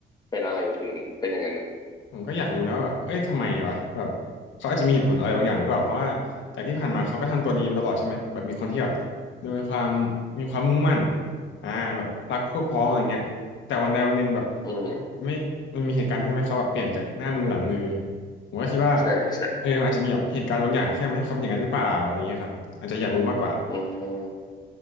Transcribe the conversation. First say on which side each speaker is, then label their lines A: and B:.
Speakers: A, on the left; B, on the left.
A: เป็นอะไรถึงเป็นอย่างนั้นอ่ะ
B: ผมก็อยากรู้นะว่าแบบเอ้ยทำไมวะแบบเขาอาจจะมีเหตุผลอะไรบางอย่างหรือเปล่า เพราะว่าจากที่ผ่านมาเขาก็ทำตัวดีมาตลอดใช่ไหมแบบมีคนที่แบบดูมีความมีความมุ่งมั่นอ่าแบบรักพวกพ้องอะไรเงี้ยแต่วันใดวันหนึ่งแบบ
A: อืม
B: ไม่มันมีเหตุการณ์ที่ทำให้เขาแบบเปลี่ยนจากหน้ามือเป็นหลังมือผมก็คิดว่า
A: ใช่ใช่
B: เออมันอาจจะมีแบบเหตุการณ์บางอย่างที่ทำให้เขาเป็นอย่างนั้นหรือเปล่าอะไรเงี้ยครับอาจจะอยากรู้มากกว่า
A: อืม